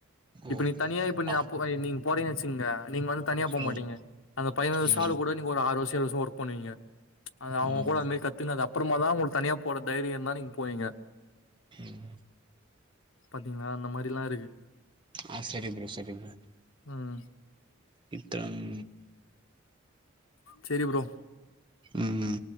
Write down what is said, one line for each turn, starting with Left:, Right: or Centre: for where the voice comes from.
Left: இப்ப
Right: ஓ
Left: நீ தனியா இப்ப நீ
Right: ஆ
Left: அப்போ நீங்க போறீங்கனு வச்சுங்க நீங்க வந்து தனியா போமாட்டீங்க
Right: ம்
Left: அந்த பதினைந்து வர்ஷ
Right: ம்
Left: ஆளு கூட நீங்க ஒரு ஆறு வர்ஷோ ஏழு வர்ஷோ ஒர்க் பண்ணுவீங்க அது அவுங்க
Right: ம்
Left: கூட அந்த மாரி கத்துனது அப்பறமா தா உங்களுக்கு தனியா போற தைரியம் இருந்தா நீங்க போவீங்க
Right: ம்
Left: பாத்தீங்ளா அந்த மாரில்லா இருக்கு
Right: ஆ சரி ப்ரோ சரி
Left: ம்
Right: இத்தங்
Left: செரி ப்ரோ
Right: ம்